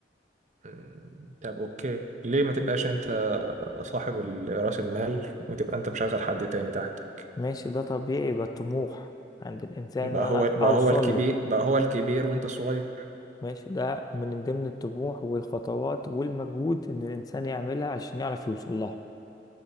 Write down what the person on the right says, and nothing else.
مم، طب اوكي ليه ما تبقاش انت صاحب ال- راس المال وتبقى انت مشغل حد تاني تحتك
بقى
هو بقى
هو الكبير
بقى هو الكبير وانت الصغير